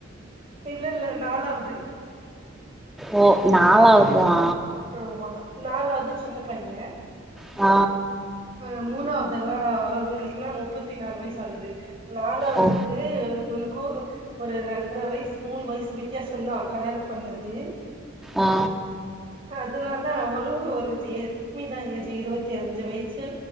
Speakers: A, on the right; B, in the centre.
A: இல்லல்ல நாலாவது
B: ஓ நாலாவதா
A: ஆமா நாலாவது சின்ன பையன்
B: ஆ
A: அ மூணாவது எல்லா அவங்களுக்கெல்லா முப்பத்தி நாலு வயசு ஆகுது நாலாவதுக்கு
B: ஓ
A: து உனக்கு ஒரு ரெண்ட்ர வய்சு மூணு வய்சு வித்தியாசந்தா கல்யாணம் பண்ணது
B: ஆ
A: அதனால அவரு ஒரு ஜி ஏ கம்மிதா ஏஜு இருவத்தி அஞ்சு வயசு